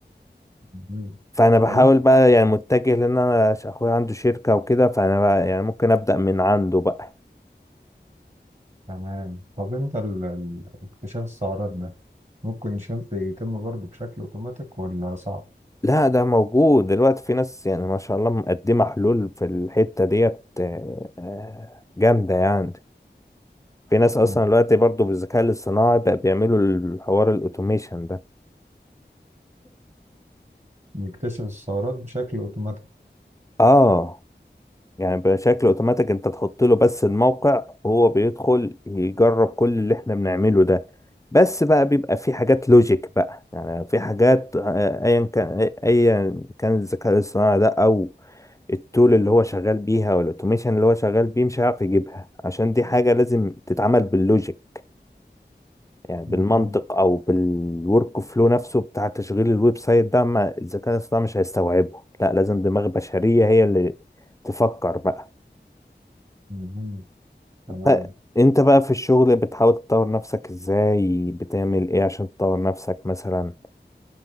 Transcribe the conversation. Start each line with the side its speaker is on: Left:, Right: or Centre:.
Right: مهم.
Left: فانا بحاول
Right: طب انت
Left: بقى يعني متجه لان انا ش- اخويا عنده شركه وكده فانا بقى يعني ممكن ابدا من عنده بقى
Right: تمام طب انت ال- ال- اكتشاف الثغرات ده ممكن شنف يتم برضه بشكل اوتوماتيك ولا صعب
Left: لا ده موجود دلوقتي في ناس يعني ما شاء الله مقدمه حلول في الحته ديت آه، آه، جامده يعني في ناس اصلا
Right: مم.
Left: دلوقتي برضو بالذكاء الاصطناعي بقى بيعملوا الحوار الاوتوميشن ده
Right: نكتشف الثغرات بشكل اوتوماتيك
Left: اه يعني بشكل اوتوماتيك انت تحط له بس الموقع هو بيدخل يجرب كل اللي احنا بنعمله ده بس بقى بيبقى في حاجات لوجيك بقى يعني في حاجات آه، ايا كان آه، ايا كان الذكاء الاصطناعي ده او التول اللي هو شغال بيها والاوتوميشن اللي هو شغال بيه مش هيعرف يجيبها عشان دي حاجة لازم تتعمل باللوجيك يعني بالمنطق
Right: مهم.
Left: او بالورك فلو نفسه بتاع تشغيل الويب سايت ده ما الذكاء الاصطناعي مش هيستوعبه لا لازم دماغ بشرية هي اللي تفكر بقى
Right: مهم. تمام
Left: انت انت بقى في الشغل بتحاول تطور نفسك ازاي بتعمل ايه عشان تطور نفسك مثلا